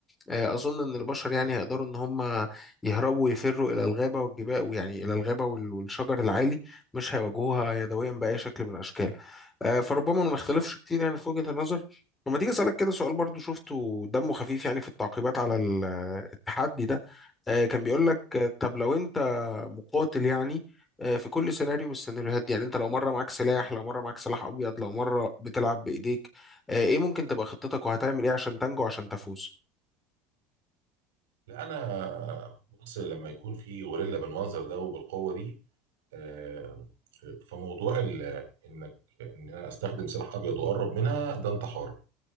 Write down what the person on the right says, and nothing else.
لا انا بص لما يكون في غوريلا بالمنظر ده وبالقوه دي آه، فموضوع ال- انك ان انا استخدم سلاح ابيض واقرب منها ده انتحار